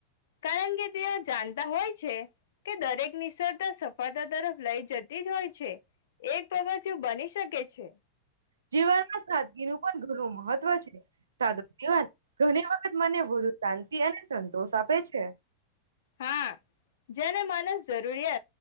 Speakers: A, on the left (about 60°); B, on the right (about 70°).
A: કારણ કે તેઓ જાણતા હોય છે કે દરેક નિષ્ફળતા સફળતા તરફ લઈ જતી જ હોય છે.. એક પગથિયું બની શકે.. કે છે..
B: જીવનમાં સાદગીનું પણ.. નુ મહત્વ છે.. સાધવાન ઘણી વખત મને વધુ શાંતિ અને સંતોષ આપે છે..
A: હા જ્યારે માનસ જરૂ.. જોઈએ